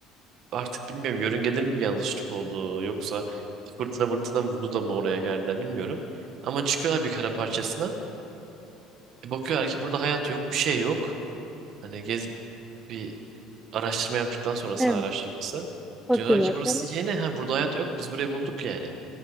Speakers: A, on the right; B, in the centre.
A: artık bilmiyorum yörüngede mi bir yanlışlık oldu yoksa fırtına fırtına vurdu da mı oraya geldiler bilmiyorum. Ama çıkıyorlar bir kara parçasına. E bakıyorlar ki burada hayat yok, bir şey yok. Hani gez bir Araştırma yaptıktan sonra saha
B: Evet.
A: araştırması.
B: Bakıyorlar.
A: Diyorlar ki burası
B: Yani-
A: yeni ha burada hayat yok biz burayı bulduk yani.